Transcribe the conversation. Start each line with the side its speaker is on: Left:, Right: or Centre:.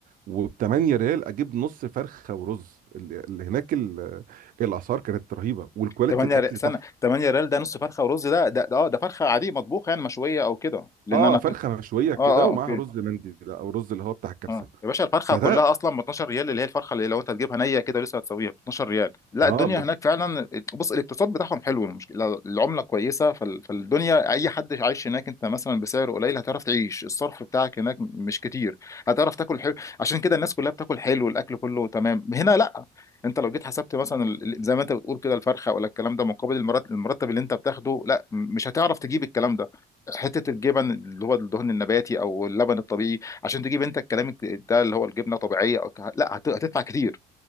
Right: وب 8 ريال اجيب نص فرخه ورز اللي اللي هناك ال- الاسعار كانت رهيبه والكواليتي
Left: 8
Right: الاكل
Left: ريال سنه
Right: تحفه
Left: 8 ريال ده نص فرخه ورز ده ده ده- اه ده فرخه عاديه مطبوخه يعني مشويه او كده لان
Right: اه
Left: انا
Right: فرخه
Left: اه
Right: مشويه كده
Left: اه
Right: ومعاها
Left: اوكي
Right: رز مندي ده او رز اللي هو بتاع الكبسه
Left: مم. يا باشا الفرخه
Right: فده
Left: كلها اصلا ب 12 ريال اللي هي الفرخه اللي لو انت تجيبها نيه كده لسه هتسويها ب 12 ريال لا
Right: اه
Left: الدنيا
Right: ب-
Left: هناك فعلا بص الاقتصاد بتاعهم حلو المشكله العمله كويسه فال- فالدنيا اي حد عايش هناك انت مثلا بسعر قليل هتعرف تعيش الصرف بتاعك هناك مش كتير هتعرف تاكل حلو عشان كده الناس كلها بتاكل حلو الاكل كله تمام هنا لا انت لو جيت حسبت مثلا ال- زي ما انت بتقول كده الفرخه ولا الكلام ده مقابل المرت- المرتب اللي انت بتاخده لا مش هتعرف تجيب الكلام ده حته الجبن اللي هو الدهن النباتي او اللبن الطبيعي عشان تجيب انت الكلام الك- ده اللي هو الجبنه طبيعيه أو ك- لا هت- هتدفع كتير